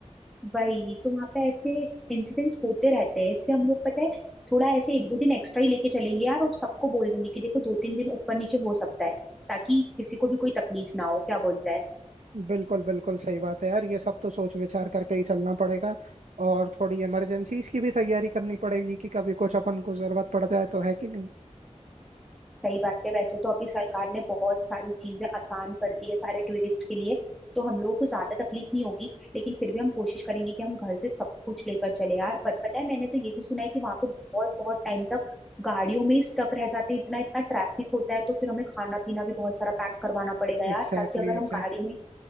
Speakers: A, in the centre; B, on the right.
A: वही तो वहां पे ऐसे इंसिडेंट्स होते रहते हैं इसलिए हम लोग पता है थोड़ा ऐसे एक दो दिन एक्स्ट्रा ही लेके चलेंगे यार और सबको बोल देंगे कि देखो दो तीन दिन ऊपर नीचे हो सकता है ताकि किसी को भी कोई तकलीफ ना हो क्या बोलता है
B: बिल्कुल बिल्कुल सही बात है यार ये सब तो सोच विचार करके ही चलना पड़ेगा और थोड़ी इमरजेंसीज की भी तैयारी करनी पड़ेगी कि कभी कुछ अपन को जरूरत पड़ जाए तो है कि नहीं
A: सही बात है वैसे तो अभी सरकार ने बहुत सारी चीजें आसान कर दी है सारे टूरिस्ट के लिए तो हम लोगों को ज्यादा तकलीफ नहीं होगी लेकिन फिर भी हम कोशिश करेंगे कि हम घर से सब कुछ लेकर चले यार पर पता है मैंने तो ये भी सुना है कि वहां पे बहुत बहुत टाइम तक गाड़ियों में ही स्टक रह जाते हैं इतना इतना ट्रैफिक होता है तो फिर हमें खाना पीना भी बहुत सारा पैक करवाना पड़ेगा यार
B: एग्जैक्टली
A: ताकि अगर हम
B: exactly,
A: गाड़ी में